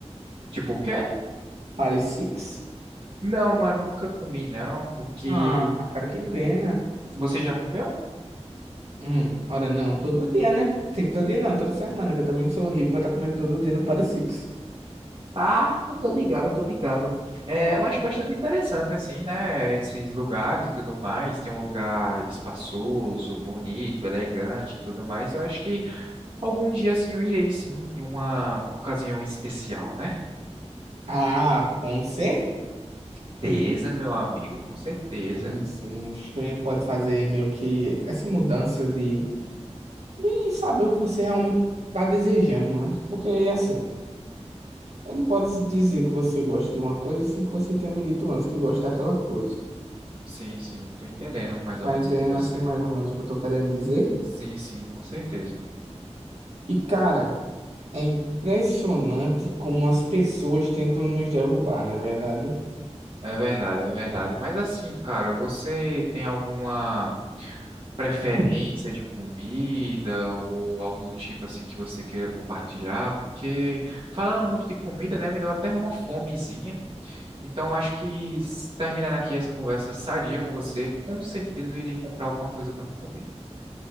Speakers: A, on the right; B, on the right.
A: tipo o quê?
B: Paris Six?
A: Não, mano, nunca comi não, porque
B: Ah, cara, que pena.
A: você já comeu?
B: Hum, ora não, todo dia, né? Tem que Todo dia não, toda semana, que eu também não sou rico pra estar comendo todo dia no Paris Six.
A: Ah, eu tô ligado, eu tô ligado. É, eu acho bastante interessante assim, né? Esses lugares e tudo mais. Tem um lugar espaçoso, bonito, elegante e tudo mais. Eu acho que algum dia assim eu irei sim, em uma ocasião especial, né?
B: Ah, com C?
A: Certeza, meu amigo, com certeza.
B: Sim, sim. Acho que a gente pode fazer meio que essa mudança de e saber o que você realmente tá desejando, né? Porque assim, eu não pode dizer que você gosta de uma coisa sem que você tenha me dito antes que gosta daquela coisa.
A: Sim, sim, tô entendendo mais ou
B: Tá
A: menos
B: entendendo
A: o que você.
B: assim mais ou menos o que eu tô querendo dizer?
A: Sim, sim, com certeza.
B: E cara, é impressionante como as pessoas tentam nos derrubar, não é verdade?
A: É verdade, é verdade. Mas assim, cara, você tem alguma preferência de comida ou algo do tipo assim que você queira compartilhar, porque falando muito de comida, né, me deu até uma fomezinha. Então acho que s- terminando aqui essa conversa sadia com você, com certeza eu irei comprar alguma coisa para me comer.